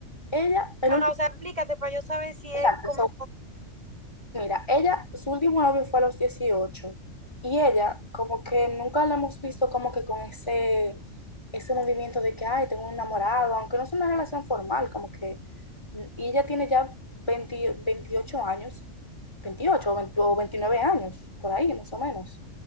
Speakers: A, on the left; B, on the right.
A: Ella, el
B: ajá,
A: último,
B: o sea, aplícate para yo saber si
A: exacto,
B: es como,
A: Mira, ella, su último novio fue a los 18 y ella como que nunca la hemos visto como que con ese, ese movimiento de que, ay, tengo un enamorado, aunque no es una relación formal, como que, y ella tiene ya 20 28 años, 28 o 20 o 29 años, por ahí más o menos.